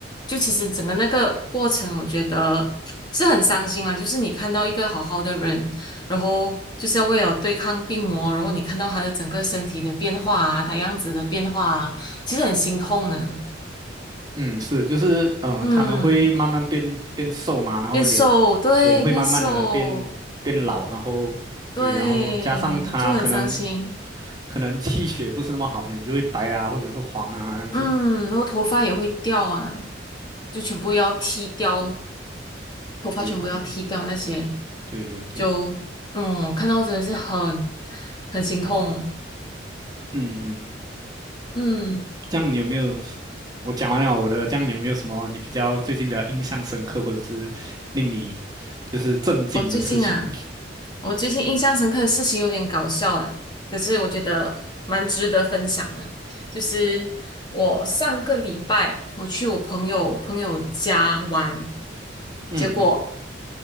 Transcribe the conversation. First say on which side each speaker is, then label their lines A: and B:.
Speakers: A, on the left; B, on the right.
A: 就其实整个那个过程，我觉得是很伤心啊。就是你看到一个好好的人，然后就是要为了对抗病魔，然后你看到他的整个身体的变化啊，他样子的变化啊，其实很心痛的。
B: 嗯，是，就是嗯、
A: 嗯，
B: 呃他们会慢慢变变瘦嘛，然后脸
A: 变瘦，对，
B: 脸会慢慢的变变老，
A: 变瘦，
B: 然后对，
A: 对，
B: 然后加上他可能
A: 就很伤心。
B: 可能气血不是那么好，脸就会白啊，或者是黄啊这样子。
A: 嗯，然后头发也会掉啊，就全部要剃掉。头发全部要剃掉那些，
B: 对对对对对对，
A: 就嗯，看到真的是很很心痛。
B: 嗯嗯。
A: 嗯。
B: 这样你有没有？我讲完了我的，这样你有没有什么你比较最近的印象深刻，或者是令你就是震惊的事情？
A: 我最近啊，我最近印象深刻的事情有点搞笑啦，可是我觉得蛮值得分享的。就是我上个礼拜我去我朋友朋友家玩，
B: 嗯，
A: 结果
B: 嗯，